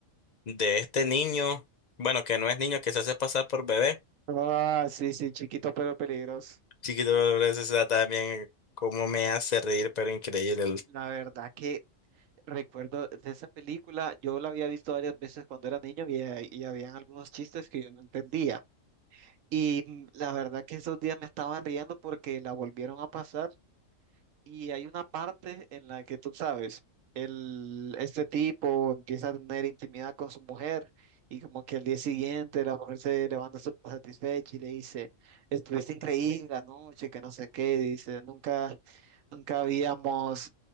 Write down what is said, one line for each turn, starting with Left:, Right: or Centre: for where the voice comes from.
Left: de este niño, bueno, que no es niño, que se hace pasar por bebé.
Right: Ah, sí, sí, chiquito pero peligroso.
Left: Chiquito, pero eso está también cómo me hace reír, pero increíble. el-
Right: La verdad que recuerdo de esa película, yo la había visto varias veces cuando era niño y, y habían algunos chistes que yo no entendía. Y mm, la verdad que esos días me estaba riendo porque la volvieron a pasar y hay una parte en la que tú sabes, el, este tipo empieza a tener intimidad con su mujer y como que al día siguiente la mujer se levanta súper satisfecha y le dice, estuviste increíble anoche, que no sé qué, dice, nunca, nunca habíamos